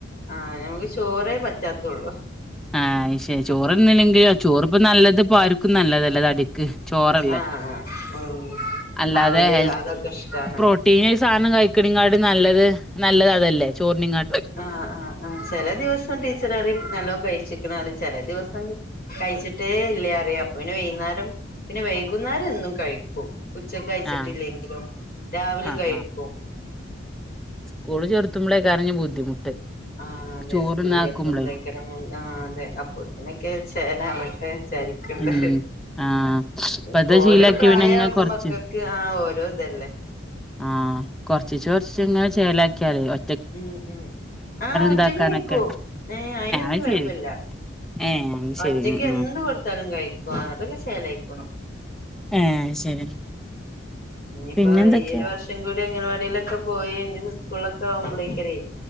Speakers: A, on the left; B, in the centre.
A: ആഹ് ഞമക്ക് ചോറേ പറ്റാത്തൊള്ളൂ
B: ആഹ് ശേ ചോറ്ന്നിലങ്കി ചോറ് ഇപ്പോ നല്ലത്പ്പ ആർക്കും നല്ലതല്ല തടി ക്ക്‌ ചോറല്ലേ
A: ആഹ് ആഹ് ഉം
B: അല്ലാതെ
A: അവല്
B: ഹെൽ
A: അതൊക്കെ ഇഷ്ടാണ്
B: പ്രോ ട്ടീനെ സാനം കഴിക്കണിങ്കാട്ടി നല്ലത് നല്ലത് അതല്ലേ ചോറിണിങ്ങാ
A: ആഹ് ആഹ് ആഹ് ചെല ദിവസം ടീച്ചർ അറിം നല്ലോം കഴിച്ചിക്കണാറിം ചെല ദിവസം കഴിച്ചിട്ടേ ഇല്ല്യറിയും അപ്പോ പിന്നെ വൈന്നരം പിന്നെ വൈകുന്നേരം എന്നും കഴിക്കും. ഉച്ചക്കയിച്ചിട്ടില്ലെങ്കിലും
B: ആഹ്
A: രാവിലേം
B: ആഹ്
A: കഴിക്കും
B: കുള്ചേർത്തുമ്പോളേകാരം ഞ് ബുദ്ധിമുട്ട്
A: ആഹ് അതെ
B: ചോറ്ന്നാക്കുമ്പളേ
A: സ്കൂള് ചേർത്തുമ്പോഴേക്കെ ആഹ് അതെ അപ്പോത്തിനൊക്കെ ചെലാവ് ങ്ങനെചാരിക്ണ്ട്
B: ഉം ആഹ് ഇപ്പത്
A: ഇപ്പോ
B: ശീലാക്കി
A: ഓരോ പ്രായവുബം
B: പിന്നെങ്ങനെ കൊറച്ച്
A: മക്ക ക്ക് ആഹ് ഓരോതല്ലേ
B: ആഹ് കൊറചീച്ചേ കൊറച്ച് ങ്ങനെ ചേലാക്കിയാതി ഒ
A: മ്മ് മ്മ് ആഹ് ഒറ്റക്ക്
B: ഇതാക്കാനൊക്കെ
A: കഴിക്കൂ ഏഹ് അയിനൊന്നും
B: അത്
A: കൊഴപ്പില്ല.
B: ശെരി ഏഹ് അത് ശെരി
A: ഒറ്റക്ക്
B: ഉം
A: എന്ത്
B: ഉം
A: കൊടുത്താലും കഴിക്കും അതൊക്കെ ശേലയ്ക്കോളും
B: ഏഹ് ശെരി
A: ഞ്ഞിയിപ്പോ
B: പിന്നെന്തൊക്കെ
A: ഈഒരു വർഷം കൂടി അംഗൻവാടിയിലൊക്കെ പോയാ ഇഞ്ഞു സ്കൂളൊക്കെ ആവുമ്പോളേക്കാനേ